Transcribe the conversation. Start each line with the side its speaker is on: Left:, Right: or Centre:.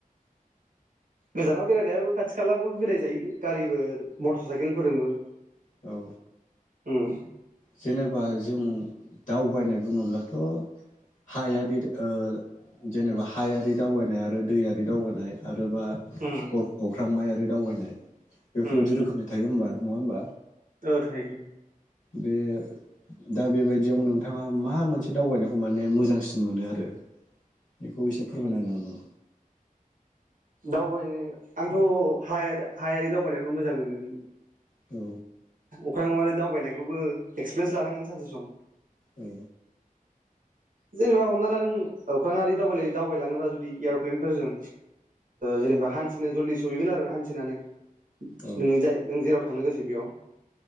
Right: गोजानाव बेरायनायबो खाथि बो बेराय जायोलै गारिबो मथर साइकेल फोरजोंबो
Left: औ
Right: उम
Left: जेनेबा जों दावबायनाय बुङोब्लाथ' हायारि ओ जेनेबा हायारि दावबायनाय आरो दैयारि दावबायनाय आरो बा अ
Right: उम
Left: अख्रांमायारि दावबायनाय बेफोरबायदि
Right: उम
Left: रोखोमनि थायो होमबा नङा होमबा
Right: औ थायो दि
Left: बे दा बेबायदियाव नोंथाङा मा मोनसे दावबायनायखौ माने मोजांसिन मोनो आरो बेखौ एसे फोरमायना नङा
Right: दावबायनो आंथ' हा हायारि दावबायनायखौनो मोजां मोनो
Left: औ
Right: अख्रांमायाव मारै दावबायनायखौबो एक्सपिरियेन्स लानांगोन सानसे सम
Left: ओ
Right: जेनेबा हमना लादों अख्रां दाव दावबायलाङोबा जुदि एर'प्लेनफोरजों जेनेबा हान्थिनो जलदि सहैगोन आरो हान्थिनानै
Left: औ
Right: नों जाय नों जेराव थांनो गोसो बेयाव